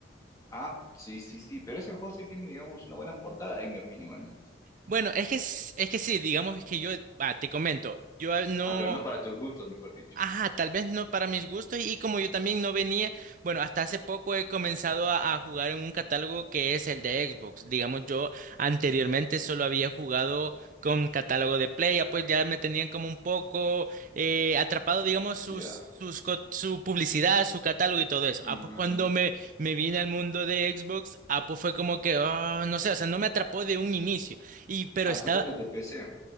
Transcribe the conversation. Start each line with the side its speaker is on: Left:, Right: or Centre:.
Left: Ah, sí, sí, sí, pero ese juego sí tiene, digamos, una buena portada, en mi opinión al menos.
Right: Bueno, es que, s- es que sí, digamos es que yo, va, te comento, yo a- no,
Left: Ah, pero no para tus gustos, mejor dicho.
Right: ajá, tal vez no para mis gustos y como yo también no venía, bueno, hasta hace poco he comenzado a, a jugar en un catálogo que es el de Xbox. Digamos, yo anteriormente solo había jugado con catálogo de Play, ya pues ya me tenían como un poco eh, atrapado, digamos,
Left: Hostia.
Right: sus, sus, co- su publicidad, su catálogo y todo eso.
Left: Mm,
Right: Ah, pues cuando me, me vine al mundo de Xbox, ah, pues fue como que, ah, no sé, o sea, no me atrapó de un inicio. Y pero
Left: ah,
Right: estaba,
Left: tú no eres de PC.